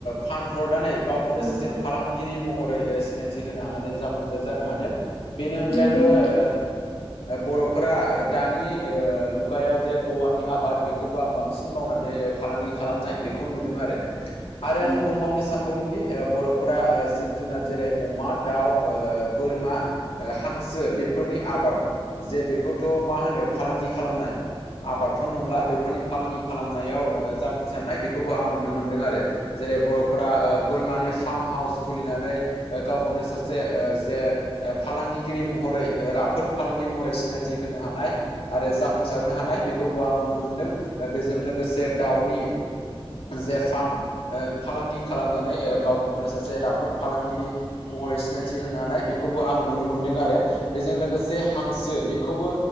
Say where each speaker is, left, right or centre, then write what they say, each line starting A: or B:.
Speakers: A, on the left; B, on the right.
A: फानहरनानै गावखौनो
B: औ
A: सासे
B: औ
A: फालांगि गिरि महरै ओ सिनायथि होनो हानानै जाफुंसार जानो हादों बेनि अनगायैबो
B: नंगौ
A: ओ
B: नोंथां
A: ओ बर'फोरा दानि ओ मुगायाव जे औवानि आबाद बेखौबो आं बांसिन मावनानै फालांगि खालामनाय बेखौ नुदों आरो आरो आङो
B: औ
A: बुंबावनो सानबावदों दि ओ बर' फोरा ओ जिब जुनार जेरै अमा दाउ ओ बोरमा ओ हांसो बेफोरनि आबाद जे बेखौथ' मा होनो फालांगि खालामनाय आबादथ' नंला बेफोरनि फालांगि खालामनायाव ओ जाफुंसारनाय बेखौबो आं नुनो मोनदों आरो जेरै बर'फोरा ओ बोरमानि फार्म हाउस खुलिनानै ओ गावखौनो सासे ओ जे फालांगिगिरि महरै राफोद फालांगगिरि महरै सिनायथि होनो हानाय। आरो जाफुंसारनो हानाय बेखौबो आं नुनो मोनदों बेजों लोगोसे दाउनि जे फार्म फालांगि ओ खालामनानै गावखौनो सासे राफोद फालांगिरि महरै सिनायथि होनो हानाय बेखौबो आं नुनो मोनदों आरो बेजों लोगोसे हांसो बेखौबो